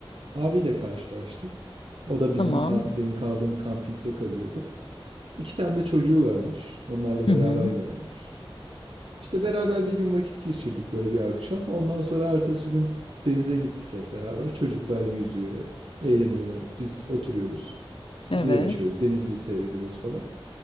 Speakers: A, on the right; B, on the left.
A: abiyle karşılaştım. O da bizim
B: tamam.
A: ka- benim kaldığım kampingde kalıyordu. İki tane de çocuğu varmış. Onlarla
B: Hı
A: beraber
B: hı.
A: gelmiş. İşte beraber bir gün vakit geçirdik böyle bir akşam. Ondan sonra ertesi gün denize gittik hep beraber. Çocuklar yüzüyor, eğleniyorlar. Biz oturuyoruz. İşte
B: Evet.
A: bira içiyoruz, denizi seyrediyoruz falan.